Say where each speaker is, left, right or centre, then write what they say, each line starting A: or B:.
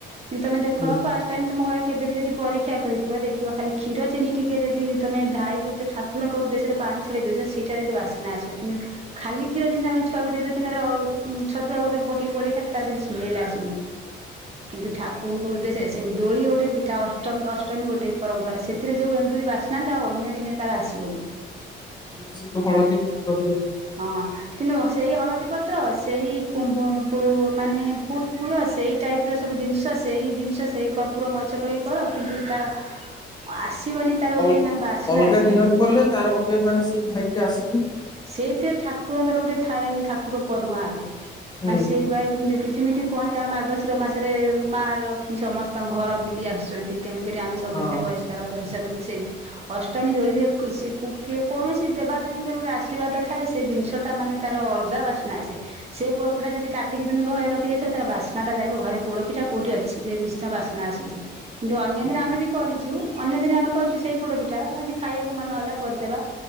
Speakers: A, on the right (about 30°); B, on the left (about 20°).
A: କିନ୍ତୁ ତମେ ଦେଖ
B: ହୁଁ,
A: ଫାଷ୍ଟ୍ ତଏମ ତୁମ ଘରେ କେବେ ବି ଯଦି ପରୀକ୍ଷା କରିଥିବ ଦେଖିବ ଖାଲି କ୍ଷୀର ଚିନି ଟିକେ ଯଦି ତମେ ଢାଇ ଦଉଚ ଠାକ୍ କୁରଙ୍କ ଉଦ୍ଦେଶ୍ୟରେ ପାଣି ଛଡେଇ ଦଉଚ ସେଇଟାରେ ଯୋଉ ବାସନା ଆସିବେ କିନ୍ ଖାଲି କ୍ଷୀର ଯିମତି ଆମେ ଛୁଆକୁ ଦେଇ ଦଉଚେ ନହେଲେ ଅ ଉଁ ଛତୁଆ ଗୋରେ ପକେଇ ଗୋଳେଇ ଖାଉଚେ ତାର କିଛି ସ୍ମେଲ ଆସୁନି।
B: <inaudible>
A: କିନ୍ତୁ ଠାକ୍ କୁରଙ୍କ ଉଦ୍ଦେଶ୍ୟରେ ସେମି ଦୋଳି ଗୋଟେ ପିଠା ଅଷ୍ଟମ୍ ଅଷ୍ଟମୀ ଗୋଟେ ପରମ୍ପରା ସେଥିରେ ଯୋଉ ଏଣ୍ଡୁରି ବାସ୍ନା ଥାଏ ଅନ୍ୟ ଦିନେ ତାର ଆସିବନି।
B: ସେ ଯୋଉ ହଳଦୀ ପତ୍ର।
A: ହଁ। କିନ୍ତୁ ସେଇ ହଳଦୀ ପତ୍ର ସେଇ ପୁଁ ପୁଁ ପୁ ମାନେ ପୁର୍ ପୁର ସେଇ ଟାଇପ୍। ଇପର ସବୁ ଜିନିଷ ସେଇ ଜିନିଷ ସେଇ କପୁର ମରିଚ ପକେଇକି କର କିନ୍ତୁ ତାର ଆସିବନି। ତାର
B: ଅଲ୍
A: ଗୋଟେ ମାନେ ବାସ୍ନା
B: ଅଲଗା
A: ଆସିବନି
B: ଦିନରେ
A: କିନ୍ତୁ
B: କଲେ ତାର ଗୋଟେ ମାନେ ସେଇ ଭାଇବ୍ ଟା ଆସିବନି।
A: ସେଇଥିରେ ଠାକୁରଙ୍କର ଗୋଟେ ଥାଏ ଠାକୁର ପଢୁଆ ହେବେ
B: ହୁଁ
A: ମାନେ ସେଇପ। କୁନ୍ତୁ କି ଯେମିତି କହନ୍ତି ଆମ ଆଗଶିର ମାସରେ ମା ଲକ୍ଷ୍ମୀ ସମସ୍ତଙ୍କ ଘର ବୁଲି ଆସୁଛନ୍ତି ତେଣୁକରି ଆମେ। ସମସ୍ତେ
B: ହଁ
A: ପରିଷ୍କାର ପରିଚ୍ଛନ୍ନ ସେମିତି ଅଷ୍ଟମୀ ଦୋଳିରେୋଇ ସେ କ କି। କୌଣସି ଦେବାଦେବୀଙ୍କର ଗୋଟେ ଆଶୀର୍ବାଦ ଥାଏ ସେ ଜିନିଷ ଟା ମାନେ ତାର ଅଲଗା ବାସ୍ନା ଅସେ। ସେ ପୋଡପିଠା ଯଦି କାିକିମେ ଘରେଖି ଦେଇଥିବ ତାର ବାସ୍ନା ଟାଣିବ ଘରେ ପୋଡପିା କଉଠି ଅଛି। ସେ ନିଶ୍ଚୟ ବାସ୍ନା ଆସୁଛି। କିନ୍ତୁ ଅନ୍ୟ
B: ହୁଁ,
A: ଦିନ ଆମେ ବି କରିଛୁ ଅନ୍ୟ ଦିନେ ଆମେ କରିୁଛୁ ସେଇ ପୋଡ ପିଠା ଆଜି ଖାଇବାକୁ ମନ ହେଲା କରିଦେବା।